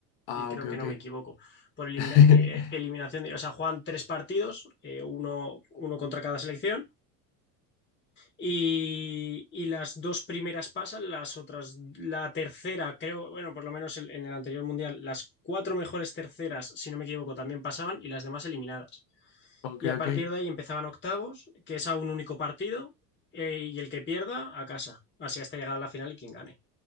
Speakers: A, on the left; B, on the left.
A: Ah,
B: Y creo
A: ok,
B: que
A: ok.
B: no me equivoco. Por elimina-
A: <laughs>
B: eh, eliminación, de- o sea, juegan tres partidos, eh, uno, uno contra cada selección. Y, y las dos primeras pasan, las otras, la tercera, creo, bueno, por lo menos en, en el anterior mundial, las cuatro mejores terceras, si no me equivoco, también pasaban y las demás eliminadas.
A: Ok,
B: Y a partir
A: ok,
B: de ahí empezaban octavos, que es a un único partido, eh, y el que pierda, a casa. Así hasta llegar a la final y quien gane.